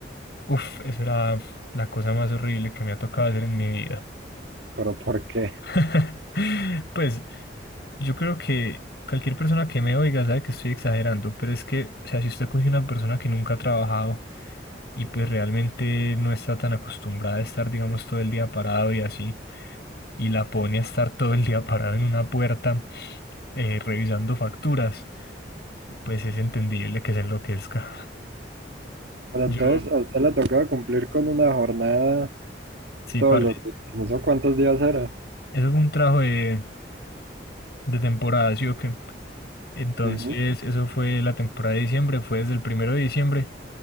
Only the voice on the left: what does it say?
uff, eso era la cosa más horrible que me ha tocado hacer en mi vida.
<laughs> Pues Yo creo que cualquier persona que me oiga sabe que estoy exagerando, pero es que, o sea, si usted coge una persona que nunca ha trabajado y pues realmente no está tan acostumbrada a estar, digamos, todo el día parado y así, y la pone a estar todo el día <laughs> parado en una puerta eh, revisando facturas, pues es entendible que se enloquezca.
<laughs>
Yo,
sí,
parte,
eso fue un trabajo de, de temporada, ¿sí o qué? Entonces,
eso fue la temporada de diciembre, fue desde el primero de diciembre